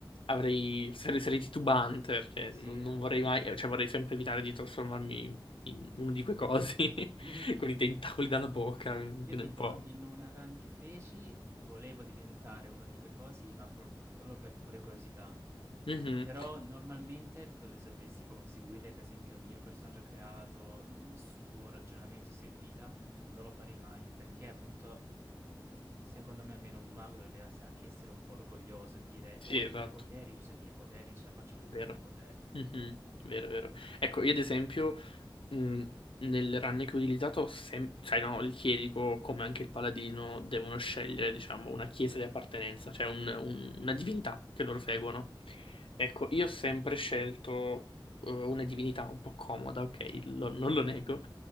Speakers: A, on the left; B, on the right.
A: avrei sarei, sarei titubante perché
B: Sì,
A: non,
B: eh.
A: non vorrei
B: <laughs>
A: mai, eh, cioè vorrei sempre evitare di trasformarmi in uno di quei cosi <laughs>
B: Mhm.
A: con i tentacoli dalla bocca, quindi
B: Io tipo
A: è un po'.
B: in una run che feci volevo diventare uno di quei cosi, ma pro- proprio per pure curiosità.
A: Mhm.
B: Però normalmente dov- se dovessi proprio seguire per esempio il mio personaggio creato, mh, il suo ragionamento, stile di vita, non lo farei mai perché appunto mh, secondo me almeno un mago dovrebbe ass- anche essere un po' orgoglioso, dire
A: Sì,
B: ho
A: esatto,
B: i miei poteri, uso i miei poteri, ce la faccio con,
A: vero.
B: con i miei poteri.
A: Mhm, Vero, vero. Ecco, io ad esempio. Mm, nel run che ho utilizzato, sem- sai, no, il chierico, come anche il paladino, devono scegliere, diciamo, una chiesa di appartenenza, cioè un- un- una divinità che loro
B: Sì?
A: seguono. Ecco, io ho sempre scelto eh, una divinità un po' comoda, ok, lo- non lo nego,